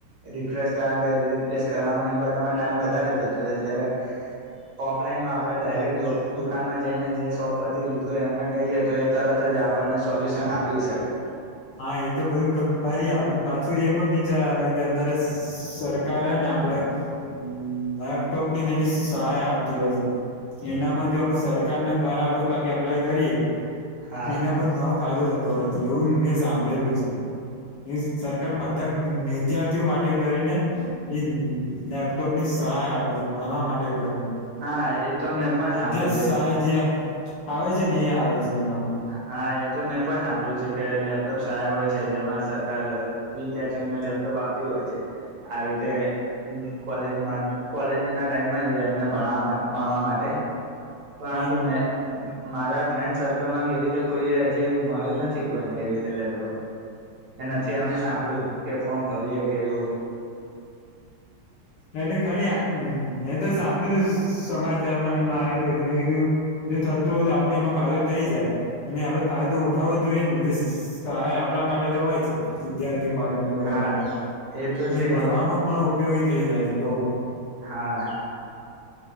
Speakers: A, on the right; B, on the left.
A: રિફ્રેશ કરવા કે રિપ્લેસ કર એ બધામાં ટાઈમ વધારે જતો જયારે ઓફલાઈન માં આપણે ડાયરેક્ટ દુકાનમાં જઈને જે શોપ પથી લીધું એમને કહીએ તો એ તરત જ આપણને સોલ્યુશન આપી શકે.
B: હા એ તો બધું ખરી પણ પાછું એ પણ વિચાર આવે કે અત્યારે સરકારેને આપડે અમ્મ લેપટોપને એની સહાય આપતી હોય છે. એનામાં જો આપડે સરકાર ના દ્વારા આપડે ક એપ્લાય કરીએ
A: હા
B: એના પણ ઘણો ફાયદો થતો હોય છે એવું મેં સાંભળેલું છે. એ સરરમા મધમ વિદ્યાર્થીઓ માટે કરીને ઈ લેપટોપ ની સહાય આપે છે ભણવા માટે કરીને
A: હા એ તો મેં પણ સાંભળ્યું
B: હ એજ
A: છે
B: સા જયા આવે છે ને એ આવે છે એનામાં.
A: હા એ તો મેં પણ સાંભળ્યું છે કે લેપટોપ્સ આ હોય છે જેમાં સરકાર વિદ્યાર્થીઓને લેપટોપ આપતી હોય છે. આવી રીતે કોલેજમાં કોલેજ ના ટાઈમમાં જ એમને ભણવામાં ભાડ માટે પરંતુ
B: અને
A: મેં મારા ફન્ માં કેવી રીતે કોઈ હજી મળ્યું નથી કોઈને એવી રીતે લેપટોપ કે નથી અમે સાંભળ્યું કે ફોર્ન ભરીએે કે એવું.
B: એટલે ખાલી એ તો સાંભળ્યું તું સમાચાર મને એમાં આવ તું એટલે મેં થિયુ જો થતું હોય તો આપડે એમાં ફાયદો થઈ જાય. એ આપડે ફાયદો ઉઠાવવો જ જોઈએ ને બધી સહાય આપણા માટે તો હોય જ વિદ્યાર્થી માટે ને બધા
A: હા
B: માટે
A: તો
B: એ ભણવામાં
A: છે
B: પણ ઉપયોગી થઈ જાય છે બઉ
A: હા.